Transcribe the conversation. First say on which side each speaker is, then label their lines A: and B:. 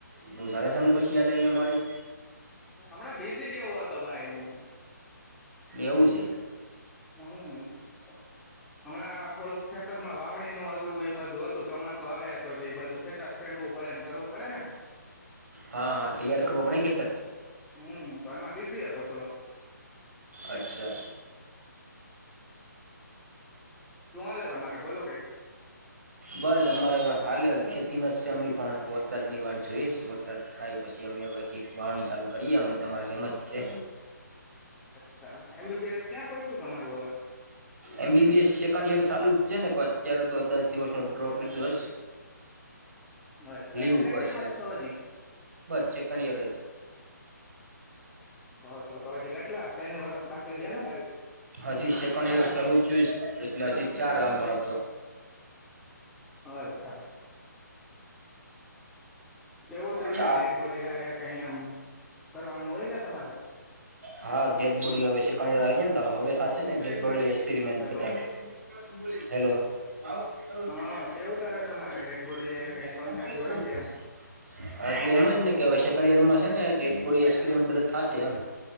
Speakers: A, on the right; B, in the centre.
A: બહ સ્યા સમય પછી. ી આદાય અરી.
B: હ હમણાંીજી જેવો હતું. તો ભાઈ હું
A: એવું છે
B: હમ. <unintelligible> હમણાં થોડુંક. ખેતરમાં વાવણી નું હજું એ બધું હતું ચોમાસું. આવે તો કે બ બાજુ ખેતર ખેડવું પડેને. કરવું પડે ને.
A: હા હા તૈયાર કરવો પણડ ખેતર.
B: હમ તો એમાં બિઝી હતો થોડોક
A: અચ્છા.
B: તું હલેે તમારે બોલો કઈક.
A: બસ અમારેવે હાલે ખેતીમાં જ છે અમે પણ વરસાદ ની વાત જોઈએ વરસાદ થાય પછી અમે હવેથી વાવણી ચાલુ કરીએ અમે તમારે જેમજ છે.
B: અચ્છા. એમબીબીએસ ક્યાં પહોંચ્યું તમારું હવે
A: એમબીબીએસ સેકન્ડ ઈયર ચાલુ જ. છે ને અત્ય્યારે તો દસ. દિવસ ન ડ્રોપ દસ
B: અચ્છા
A: લીવ
B: સેકન્ડ
A: ઉપર
B: યર
A: છે
B: માં જ છો હજી
A: બસ ચેકડ યર.
B: હ તો તો હજી કેટલા તન વર્ષ બાકી. રહ્યા ને
A: હજી સેકન્ડ રસ એટલે હજી ચાર ગામ પણ હતો
B: અચ્છા કેવું ચાલે
A: ચ.
B: ડેડ બોડી હારે કઈ આમ કરવાનું હોય કે તમારે
A: હાધટ બોડી આવે છે. અનેણે રહી જ હવે સા. મેટલે
B: હેલો
A: એને
B: હા
A: કે
B: કેવું ચાલે તમારે ડેડ બોડી હારે કઈ કોન્ટેક્ટ
A: સેકન્ડ
B: હોય કે એમ
A: રનેક્મે. ખાસ્યમ.